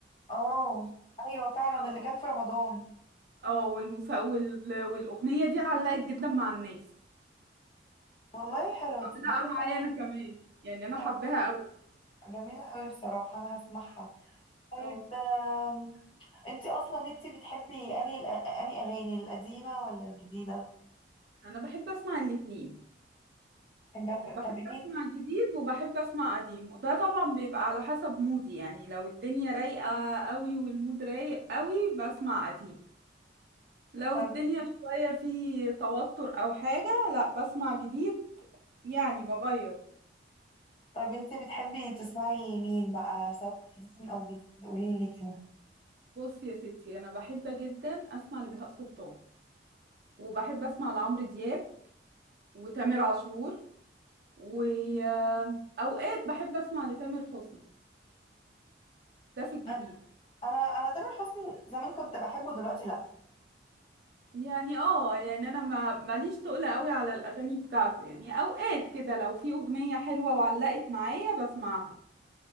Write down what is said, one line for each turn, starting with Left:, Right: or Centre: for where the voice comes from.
Left: اه ايوه فعلا
Right: اه
Left: اللي كان في رمضان
Right: اه والمسا... وال... والأغنية دي علقت جدا مع الناس
Left: والله حلوة
Right: علقة
Left: تصدقي
Right: معايا
Left: فعلا
Right: أنا كمان يعني أنا
Left: آه،
Right: حباها أوي
Left: جميلة قوي بصراحة أنا هسمعها طيب
Right: اه
Left: آم، انتي أصلا انتي بتحبي أني الأ- أني أغاني القديمة ولا الجديدة؟
Right: أنا بحب أسمع الاتنين
Left: بتحبي-
Right: بحب
Left: طب مين
Right: أسمع جديد وبحب أسمع قديم وده طبعا بيبقى على حسب مودي يعني لو الدنيا رايقة أوي والمود رايق أوي بسمع قديم لو
Left: طب
Right: الدنيا شوية في توتر أو حاجة لا بسمع جديد يعني بغير
Left: طب انتي بتحبي تسمعي لمين بقى سواء قديم أو جديد قوليلي كده
Right: بص يا ستي أنا بحب جدا أسمع لبهاء سلطان وبحب اسمع لعمرو دياب وتامر عاشور واوقات بحب اسمع لتامر حسني ده في الجديد
Left: أنا أنا أنا تامر حسني زمان كنت بحبه دلوقتي لأ
Right: يعني اه يعني انا ما ماليش تقل قوي على الاغاني بتاعته يعني اوقات كده لو في اغنية حلوة وعلقت معايا بسمعها